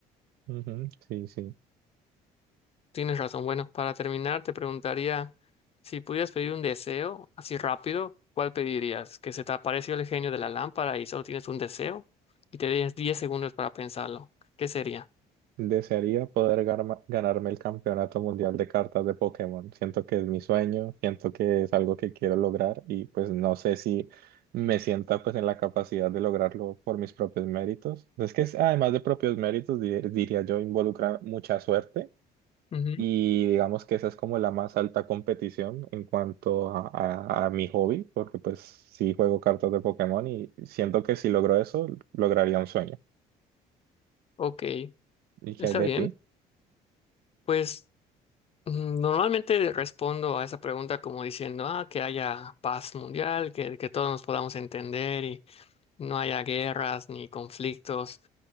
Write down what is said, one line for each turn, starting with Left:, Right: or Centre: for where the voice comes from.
Right: ujú, sí, sí.
Left: Tienes razón. Bueno, para terminar, te preguntaría si pudieras pedir un deseo así rápido, ¿cuál pedirías? ¿Que se te apareció el genio de la lámpara y solo tienes un deseo? Y te tienes 10 segundos para pensarlo. ¿Qué sería?
Right: Desearía poder garma- ganarme el campeonato mundial de cartas de Pokémon. Siento que es mi sueño, siento que es algo que quiero lograr y pues no sé si me sienta pues en la capacidad de lograrlo por mis propios méritos. Es que es- además de propios méritos, di- diría yo, involucra mucha suerte
Left: Ujú,
Right: y digamos que esa es como la más alta competición en cuanto a, a a mi hobby, porque pues sí juego cartas de Pokémon y siento que si logro eso, lograría un sueño.
Left: Ok,
Right: ¿Y qué
Left: está
Right: hay de
Left: bien.
Right: ti?
Left: Pues mm, normalmente respondo a esa pregunta como diciendo, ah, que haya paz mundial, que, que todos nos podamos entender y no haya guerras ni conflictos.